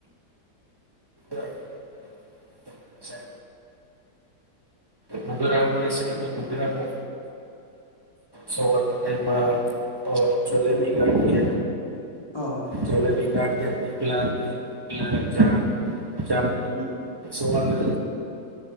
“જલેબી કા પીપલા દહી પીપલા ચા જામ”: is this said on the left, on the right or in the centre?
Right